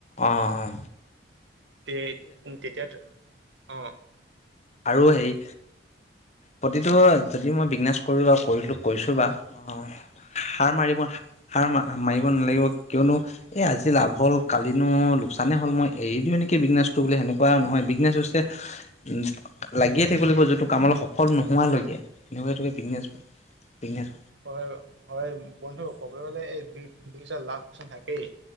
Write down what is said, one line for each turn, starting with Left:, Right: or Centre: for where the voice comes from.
Left: অ অ।
Right: তে তেতিয়াত অ
Left: আৰু সেই প্ৰতিটো যদি মই বিজনেছ কৰোঁ বা কৰিলোঁ কৰিছোঁ বা, অহ সাৰ মাৰিব সাৰ মাৰিব নালাগিব কিয়নো এই আজি লাভ হ'ল কালিনো লোকচানেই হ'ল মই এৰি দিওঁ নেকি বিজনেছটো বুলি সেনেকুৱা নহয়। বিজনেছ হৈছে উ লাগিয়ে থাকিব যোনটো কামল সফল নোহোৱালৈকে সেনেকুৱে বিজনেছ বিগনেছ
Right: হয় হয় বন্ধু ক'বলৈ গ'লে এই বিজনেছত লাভ লোকচান থাকেই।